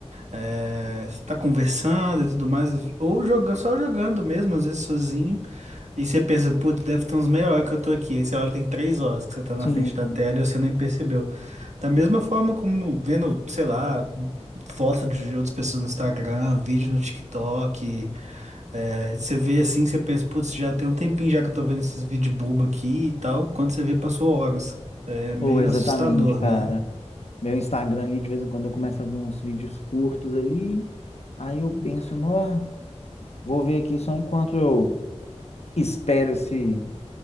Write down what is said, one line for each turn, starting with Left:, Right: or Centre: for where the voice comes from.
Right: é, tá conversando e tudo mais, ou jogando, só jogando mesmo, às vezes sozinho. E você pensa, putz, deve ter uns meia hora que eu tô aqui. Aí você olha, tem três horas que você tá na
Left: Sim,
Right: frente da tela e você nem percebeu. Da mesma forma como vendo, sei lá, foto de outras pessoas no Instagram, vídeo no TikTok. é, você vê assim, você pensa, putz, já tem um tempinho já que eu tô vendo esses vídeos bobo aqui e tal. Quando você vê, passou horas. É meio
Left: pô, exatamente,
Right: assustador,
Left: cara.
Right: né?
Left: Meu Instagram ali, de vez em quando eu começo a ver uns vídeos curtos ali. Aí eu penso, nó, vou ver aqui só enquanto eu espero esse,